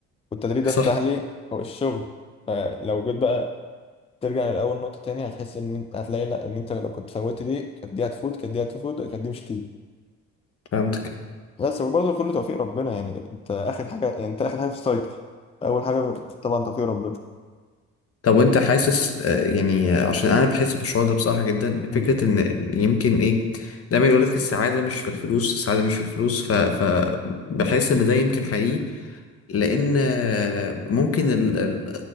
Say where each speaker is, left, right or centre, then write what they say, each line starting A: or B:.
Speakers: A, on the left; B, on the left.
A: والتدريب ده
B: صح
A: فتح لي أو الشغل فلو جيت بقى ترجع لأول نقطة تاني هتحس إن أنت هتلاقي لأ إن أنت لو كنت فوتت دي كانت دي هتفوت كانت دي هتفوت كانت دي مش هتيجي
B: فهمتك
A: بس وبرضه كله توفيق ربنا يعني أنت آخر حاجة يعني أنت آخر حاجة في السايكل أول حاجة طبعا توفيق ربنا
B: طب وانت حاسس آه، يعني آه، عشان انا بحس بالشعور ده بصراحه جدا
A: مم.
B: فكره ان يمكن ايه دايما يقول لك السعاده مش في الفلوس السعاده مش في الفلوس ف, ف بحس ان ده يمكن حقيقي لان آه، ممكن ال... ال...